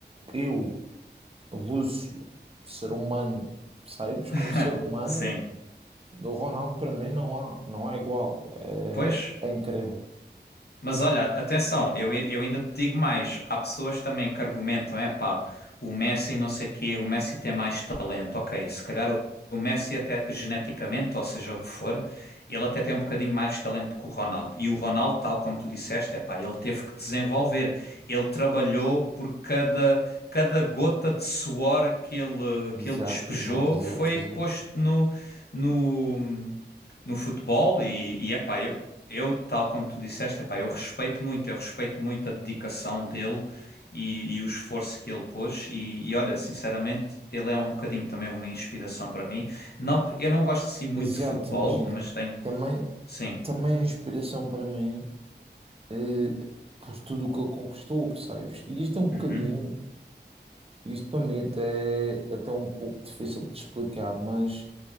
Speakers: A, on the right (about 35°); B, on the left (about 60°).
A: eu, Lúcio, ser humano, sabes
B: <laughs>
A: Como ser humano.
B: Sim,
A: Do Ronaldo para mim não há, não há igual. É,
B: pois.
A: é incrível.
B: Mas olha, atenção, eu, eu ainda te digo mais. Há pessoas também que argumentam, é pá, o Messi não sei quê, o Messi tem mais talento. Ok, se calhar o, o Messi até geneticamente, ou seja o que for, ele até tem um bocadinho mais talento que o Ronaldo. E o Ronaldo, tal como tu disseste, é pá, ele teve que desenvolver. Ele trabalhou por cada, cada gota de suor que ele,
A: Exato,
B: que ele despejou
A: exato, exato,
B: foi
A: exato.
B: posto no, no, no futebol e, e epá, eu, eu, tal como tu disseste, epá, eu respeito muito, eu respeito muito a dedicação dele e, e o esforço que ele pôs. E, e olha, sinceramente, ele é um bocadinho também uma inspiração para mim. Não, eu não gosto assim muito
A: Exato,
B: de futebol,
A: imagina.
B: mas tenho.
A: Também,
B: Sim.
A: também a inspiração para mim, eh, por tudo o que ele conquistou, percebes? E isto é um
B: Uhum,
A: bocadinho, isto para mim até, até é um pouco difícil de explicar, mas,